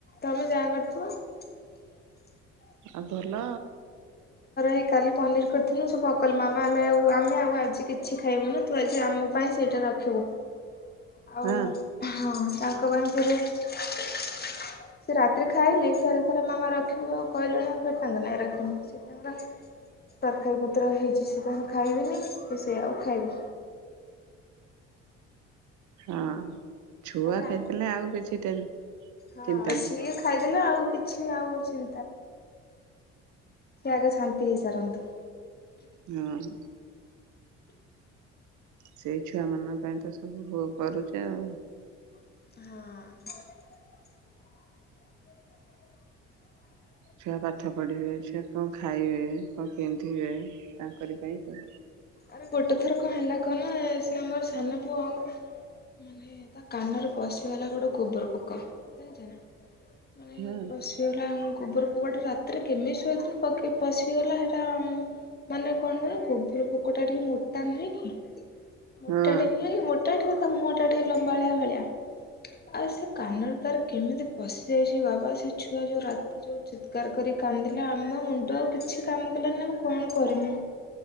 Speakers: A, on the left; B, on the right.
A: ତମେ ଯାହା କରିଥିବା
B: ଆଦଲ
A: ଏଇ କାଲି ପନିର କରିଥିଲୁ ସ ପକଲ ମାମା ଆମେ ଆ ଆମେ ଆଉ ଆଜି କିଛି ଖାଇବୁନୁ ତୁ ଆଜି ଆମ ପାଇଁ ସେଇଟା ରଖିବୁ ଆଉ
B: ହଁ
A: ହଁ ତାଙ୍କ ପାଇଁ ଫରେ ସେ ରାତିରେ ଖାଇଲି ଫର ଫର ମାମା ରଖିବୁ ଆଉ କହିଲେଣି ଫେର ତାଙ୍କ ନାଇଁ ରଖିନି ସେ ତାଙ୍କର ତରକାରୀ ପତ୍ର ହେଇଛି ସେ ତାଙ୍କୁ ଖାଇବେନି କି ସେ ଆଉ ଖାଇବେ
B: ହଁ ଛୁଆ
A: ତାପରେ ଆ
B: ଖାଇଦେଲେ ଆଉ କିଛି ଟେନ୍
A: ହଁ
B: ଚିନ୍ତା ନାହିଁ।
A: ସ ଖାଇଦେଲେ ଆଉ କିଛି ଆଉ ଁ ସେ ଆଗେ ଶାନ୍ତି ହେଇସାରନ୍ତୁ
B: ହଁ ସେଇ ଛୁଆମାନାନଙ୍କ ପାଇଁ ତ ସବୁ କରୁଛେ ଆଉ
A: ହଁ
B: ଛୁଆ ପାଠ ପଢିବେ ଛୁଆ କଣ ଖାଇବେ ଲୋକ କେମିତି ହୁଏ ତାଙ୍କ ପାଇଁ <inaudible>
A: ଆରେ ଗୋଟେ ଥର କଣ ହେଲା କନା ସେ ଆମର ସାନ ପୁଅ ମାନେ ତା କାନରେ ପଶିଗଲା ଗୋଟେ ଗୋବର ପୋକ ଜଣିଛ ନା ମାନେ
B: ହଁ
A: ପଶଲା ଗୋବର ଗୋଟେ ରାତିରେ କେମିତି ଶୋଇଥିଲ ପଶିଗଲା ସେଟା ମାନେ କଣ କହନ ଗୋବର ପୋକଟା ଟିକେ ମତ୍ତାନ ନୁହେଁ କି? ମୁୋଟା
B: ହଁ
A: ଟଁ ମୁୋଟା ଟ ତା ମୁହଁ ଟା ଟିକେ ଲମ୍ବାଳିଆ ଭଳିଆ ଆଉ ସେ କାନଡ଼ ତାର କେମିତି ପଶଦ୍ ସେ ବାବା ସେ ଛୁଆ ଯୋଉ ରାତି ଯୋଉ ଚିତ୍କାର କରିି କାନ୍ଦିଲା ଆମେ ମୁଣ୍ଡ ଆଉ କିଛି କାମ କଲା କଣ କରିମୁ